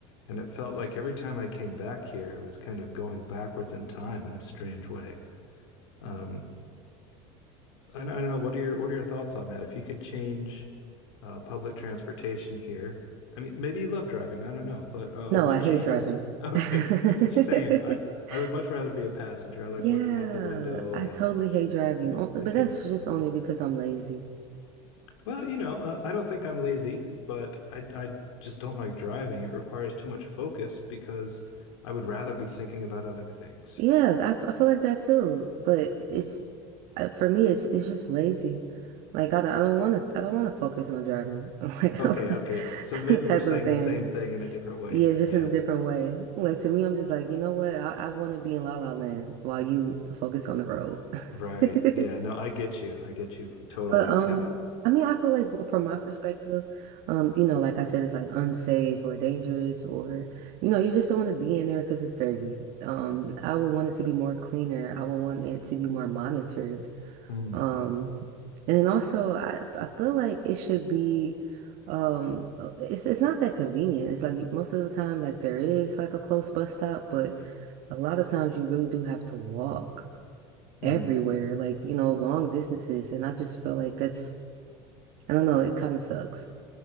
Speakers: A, on the left (about 85°); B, on the right (about 65°).
A: And it felt like every time I came back here, I was kind of going backwards in time in a strange way. Um, I don't I don't know. What are your what are your thoughts on that? If you could change uh, public transportation here, I mean, maybe you love driving. I don't know, but uh,
B: No,
A: what
B: I hate
A: changes?
B: driving. <laughs>
A: Okay, <laughs> same. I I would much rather be a passenger. I like
B: Yeah,
A: looking out the window
B: I
A: and
B: totally hate driving,
A: and just
B: O- but
A: thinking
B: that's just
A: about
B: only
A: things.
B: because I'm lazy.
A: Well, you know, uh, I don't think I'm lazy, but I I just don't like driving. It requires too much focus because I would rather be thinking about other things.
B: Yeah, I, f- I feel like that too, but it's uh, for me it's it's just lazy. Like I don't I don't want to I don't want to focus on driving. <laughs> Like
A: Okay, okay.
B: <laughs>
A: So maybe
B: type
A: we're saying
B: of thing.
A: the same thing in a different way
B: Yeah,
A: then.
B: just
A: Yeah.
B: in a different way. Like to me I'm just like, you know what? I, I want to be in La La Land while you focus on the road.
A: Right.
B: <laughs>
A: Yeah. No, I get you. I get you totally.
B: But um,
A: Yeah.
B: I mean, I feel like, well, from my perspective, um, you know, like I said, it's like unsafe or dangerous, or you know, you just don't want to be in there because it's dirty. Um, I would want it to be more cleaner. I would want it to be more monitored.
A: Mm,
B: Um, and then also, I I feel like it should be, um, uh, it's it's not that convenient. It's like most of the time, like there is like a close bus stop, but a lot of times you really do have to walk
A: mm.
B: everywhere, like you know, long distances, and I just feel like that's I don't know, it kind of sucks